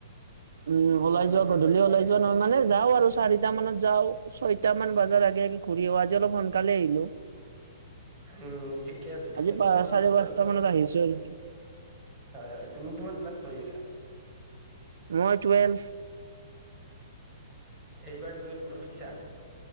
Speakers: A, on the right; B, in the centre.
A: উম, ওলাই
B: পঢ়াটো
A: যোৱা গধূলি
B: দৰকাৰী
A: ওলাই যোৱা নহয়, মানে যাওঁ আৰু চাৰিটা মানত যাওঁ, ছয়টা মান বজাৰ আগে, আগে ঘূৰি আহোঁ। আজি অলপ সোনকালে আহিলোঁ।
B: উম, ঠিকে আছে, ঠিকে
A: আজি
B: আছে
A: পা
B: পঢ়াটো
A: চাৰে পাঁচটা
B: দৰকাৰী।
A: মানত আহিছো আৰু
B: হয়, হয়, তুমি কিমান ক্লাছ পঢ়ি আছা?
A: মই টুৱেলফ।
B: এইবাৰ টোৱেলভ উঠিছা?